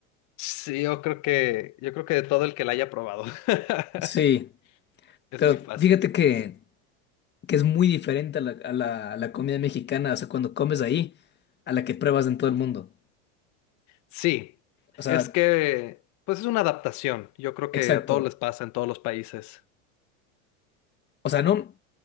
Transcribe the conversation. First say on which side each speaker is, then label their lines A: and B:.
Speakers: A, on the left (about 50°); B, on the left (about 30°).
A: Sí, yo creo que, yo creo que de todo el que la haya probado. <laughs>
B: Sí,
A: Es
B: pero
A: muy fácil.
B: fíjate que, que es muy diferente a la, a la, a la comida mexicana, o sea, cuando comes ahí, a la que pruebas en todo el mundo.
A: Sí,
B: O sea,
A: es que, pues es una adaptación. Yo creo
B: exacto.
A: que a todos les pasa en todos los países.
B: O sea, no,